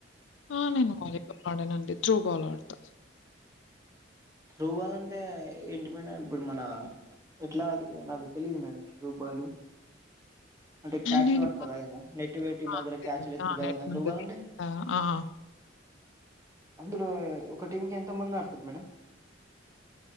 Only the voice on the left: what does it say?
ఆ నేను వాలీబాల్ ఆడనండి త్రోబాల్ ఆడతా
నేనింకా
ఆ!
అంతే
అండి.
ఆ!
నెట్
ఉంటది.
ఆ! ఆ!